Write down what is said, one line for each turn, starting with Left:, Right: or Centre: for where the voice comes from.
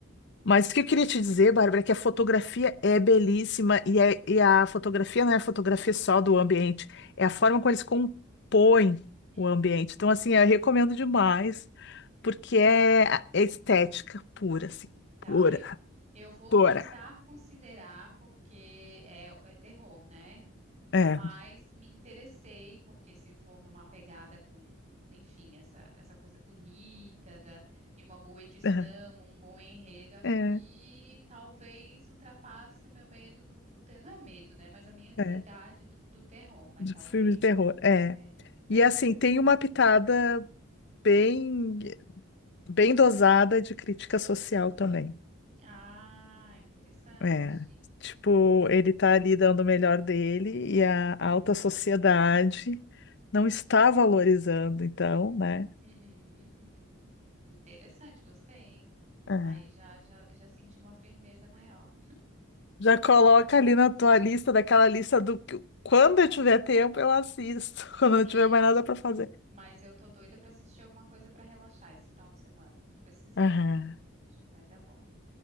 Left: Mas o que eu queria te dizer, Bárbara, é que a fotografia é belíssima e, é- e a fotografia não é a fotografia só do ambiente, é a forma como eles compõem
Right: Uhum,
Left: o ambiente. Então, assim,
Right: uhum.
Left: eu recomendo demais porque é é estética pura, assim,
Right: Tá,
Left: pura,
Right: eu, eu vou
Left: pura.
Right: tentar considerar porque é, é terror, né?
Left: É,
Right: Mas me interessei porque se for numa pegada com, enfim, essa, essa coisa bonita da, e uma boa edição,
Left: é,
Right: um bom enredo, acho
Left: é,
Right: que talvez ultrapasse o meu medo do, do ter, não é medo, né? Mas a minha ansiedade
Left: é.
Right: do, do terror, mas
Left: De
Right: talvez,
Left: filme de terror, é.
Right: é, talvez
Left: E assim,
Right: valha a
Left: tem
Right: pena.
Left: uma pitada bem, bem dosada de crítica social também.
Right: Ah, interessante,
Left: É. Tipo,
Right: interessante.
Left: ele tá ali dando o melhor dele e a alta sociedade não está valorizando, então, né?
Right: Uhum, uhum. Interessante, gostei, hein?
Left: É.
Right: Aí já, já, já senti uma firmeza maior.
Left: Já coloca ali na tua lista, daquela lista do que quando eu tiver tempo eu assisto, <laughs> quando eu não
Right: Sim,
Left: tiver mais nada para fazer.
Right: mas eu tô doida pra assistir alguma coisa pra relaxar esse final de semana. Tô precisando.
Left: Aham,
Right: Acho que vai dar bom.